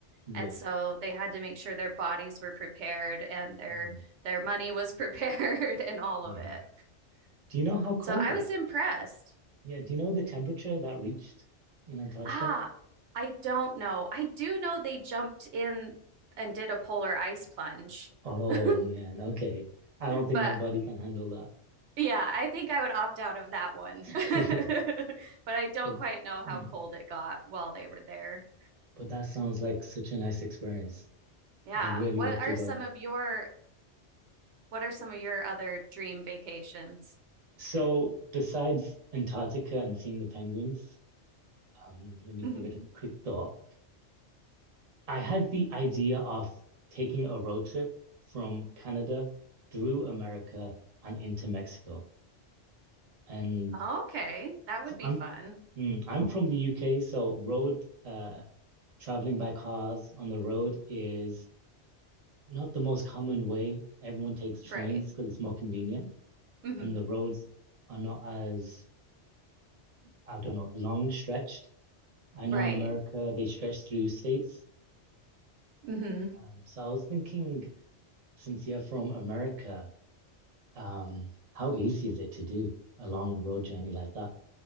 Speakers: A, on the right; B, on the right.
A: yeah.
B: And so they had to make sure their bodies were prepared and their
A: Mm-hmm.
B: their money was <laughs> prepared and all
A: Yeah.
B: of it.
A: Do you know how cold
B: So I
A: it?
B: was impressed.
A: Yeah. Do you know the temperature that reached in Antarctica?
B: Ah, I don't know. I do know they jumped in and did a polar ice plunge.
A: Oh
B: <laughs>
A: man. Okay. I don't think
B: But
A: my body can handle that.
B: yeah, I think I would opt out of that one.
A: <laughs>
B: <laughs>
A: Yeah.
B: But I don't
A: But
B: quite know how
A: mm,
B: cold it got while they were there.
A: but that sounds like such a nice experience.
B: Yeah.
A: I'd really
B: What
A: love
B: are
A: to go.
B: some of your what are some of your other dream vacations?
A: So besides Antarctica and seeing the penguins, um, let me
B: Mhm.
A: give it a quick thought. I had the idea of taking a road trip from Canada through America and into Mexico. And
B: Okay, that
A: so
B: would be
A: I'm
B: fun.
A: Mm, I'm from the UK, so road uh traveling by cars on the road is not the most common way. Everyone takes trains
B: Right.
A: because it's more convenient,
B: hmm
A: and the roads are not as, I don't know, long stretched. I
B: Right.
A: know in America they stretch through states.
B: Mm-hmm.
A: Um, so I was thinking, since you're from America, um, how easy is it to do a long road journey like that?